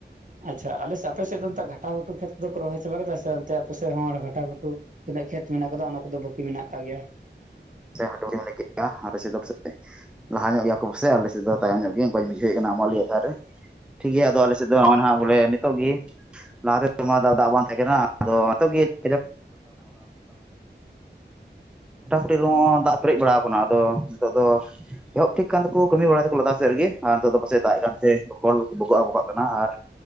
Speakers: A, on the right (about 45°); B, in the centre.
A: ᱟᱪᱪᱷᱟ ᱟᱞᱮ ᱥᱮ ᱟᱯᱮ ᱥᱮᱫ ᱫᱚ ᱚᱱᱛᱮ ᱜᱷᱟᱴᱟ ᱜᱷᱩᱴᱩ ᱠᱷᱮᱛ ᱫᱚ ᱠᱚ ᱨᱚᱦᱚᱭ ᱪᱟᱵᱟ ᱠᱮᱫᱟ ᱥᱮ ᱚᱱᱛᱮ ᱟᱯᱮ ᱥᱮᱫ ᱦᱚ ᱜᱷᱟᱴᱟ ᱜᱷᱩᱴᱩ ᱛᱤᱱᱟᱹᱜ ᱠᱷᱮᱛ ᱢᱮᱱᱟᱜ ᱟᱠᱟᱫᱟ ᱚᱱᱟ ᱠᱚᱫᱚ ᱵᱟᱹᱠᱤ ᱢᱮᱱᱟᱜ ᱠᱟᱜ ᱜᱮᱭᱟ
B: ᱡᱟᱦᱟ ᱴᱩᱝᱨᱤᱢ ᱞᱟᱹᱭ ᱠᱮᱫᱟ ᱟᱯᱮᱥᱮᱫ ᱫᱚ ᱯᱟᱥᱮ ᱞᱟᱦᱟ ᱧᱚᱜ ᱜᱮᱭᱟ ᱠᱚ ᱯᱟᱥᱮ ᱟᱞᱮᱥᱮᱫ ᱫᱚ ᱛᱟᱭᱚᱢ ᱧᱚᱜ ᱜᱤᱭᱟᱹᱧ ᱠᱟᱹᱧ ᱵᱩᱡᱷᱟᱹᱣᱮᱜ ᱠᱟᱱᱟ ᱟᱢᱚᱞᱤᱭᱟᱹ ᱫᱷᱟᱨ ᱨᱮ ᱴᱷᱤᱠ ᱜᱮᱭᱟ ᱟᱫᱚ ᱟᱞᱮᱥᱮᱫ ᱫᱚ ᱱᱚᱜᱼᱚ ᱱᱟ ᱵᱚᱞᱮ ᱱᱤᱛᱚᱜ ᱜᱮ ᱞᱟᱦᱟ <inaudible> ᱫᱟᱜ ᱵᱟᱝ ᱛᱟᱦᱮᱸ ᱠᱟᱱᱟ ᱟᱫᱚ ᱱᱮᱛᱚᱜ ᱜᱮ <inaudible> ᱴᱤ ᱮᱦᱚᱸ ᱫᱟᱜ ᱯᱮᱨᱮᱡ ᱵᱟᱲᱟᱣ ᱟᱠᱟᱱᱟ ᱟᱫᱚ ᱱᱤᱛᱚᱜ ᱫᱚ ᱾ ᱮᱦᱚᱵ ᱴᱷᱤᱠ ᱠᱟᱱ ᱛᱟᱠᱚ ᱠᱟᱹᱢᱤ ᱵᱟᱲᱟᱭᱟ ᱫᱟᱠᱚ ᱞᱟᱛᱟᱨ ᱥᱮᱫ ᱨᱮᱜᱮ ᱟᱨ ᱱᱤᱛᱚᱜ ᱫᱚ ᱯᱟᱥᱮ ᱫᱟᱜ ᱮᱫ ᱠᱟᱱᱛᱮ <unintelligible> ᱵᱚᱠᱚᱜ ᱟᱵᱚᱠᱟᱜ ᱠᱟᱱᱟ ᱟᱨ